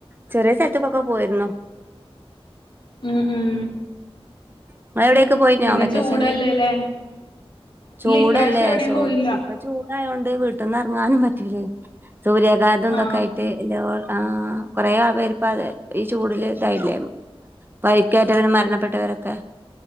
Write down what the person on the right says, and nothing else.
ചെറ്യേ സ്ഥൽത്ത്ക്കൊക്കെ പോയിര്ന്നു.
ഇങ്ങളെ വ്ടെക്കെ പോയിന്യോ
വെക്കേഷൻല്?
ചൂടല്ലേ
സോ
ഇപ്പൊ ചൂ ടായോണ്ട് വീട്ട് ന്നെർങ്ങാനും പറ്റൂല്ലല്ലോ സൂര്യാഘാതം
തൊക്കായിട്ട് എല്ലാ ആഹ് കൊറേ അവേര്പ്പ അഹ് ഈ ചൂടില് തായില്ലേം. പരിക്കേറ്റവരും മരണപ്പെട്ടവരൊക്കെ